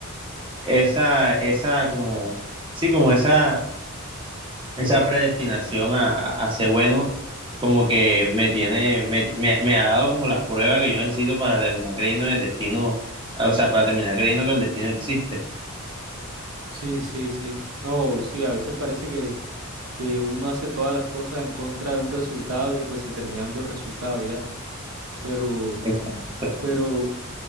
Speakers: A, on the right; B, on the right.
A: esa, esa, como, sí, como esa esa predestinación a, a ser bueno, como que me tiene, me, me- me ha dado como la prueba que yo necesito para terminar creyendo en el destino, o sea, para terminar creyendo que el destino existe.
B: Sí, sí, sí. No, sí, a veces parece que, que uno hace todas las cosas en contra de un resultado y pues se termina dando el resultado ya. Pero,
A: Exacto.
B: pero,